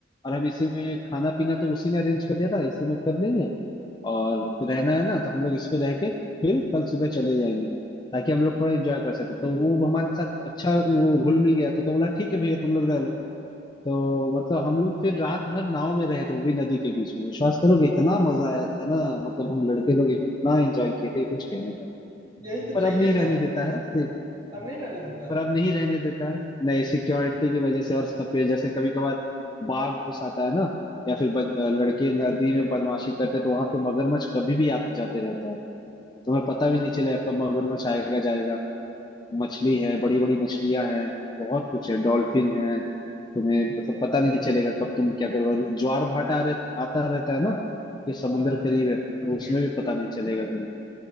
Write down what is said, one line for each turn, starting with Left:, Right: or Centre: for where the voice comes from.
Left: और हम इसी में खाना पीना तो उसी ने अरेंज कर दिया था इसी में कर लेंगे और रहना है ना तो हम लोग इस पे रह के फिर कल सुबह चले जाएंगे ताकि हम लोग थोड़ा एंजॉय कर सके तो वो हमारे साथ अच्छा वो घुल मिल गया तो, तो बोला ठीक है भैया तुम लोग रह लो तो मतलब हम लोग फिर रात भर नाव में रहे थे वो भी नदी के बीच में विश्वास करोगे इतना मजा आया था ना मतलब हम लड़के लोग इतना एंजॉय किए थे कि कुछ कहने का
Right: यही तो
Left: पर
Right: चाहिए
Left: अब नहीं रहने
Right: था
Left: देता है तो
Right: अब नहीं रहने देता
Left: पर अब नहीं रहने देता है नहीं सिक्योरिटी की वजह से और सब पे जैसे कभी कभार बाघ घुस आता है ना या फिर बच, लड़के नदी में बदमाशी करते हैं, तो वहां पे मगरमच्छ कभी भी आते जाते रहता है तुम्हें पता भी नहीं चलेगा कब मगरमच्छ आएगा जाएगा मछली है बड़ी बड़ी मछलियां हैं बहुत कुछ है डॉल्फिन है तुम्हें मतलब पता नहीं चलेगा कब तुम क्या करोगे और ज्वार भाटा रह, आता रहता है ना कि समुंदर
Right: हाँ,
Left: करीब
Right: समझ
Left: है तो उसमें
Right: गए
Left: भी पता नहीं चलेगा तुम्हें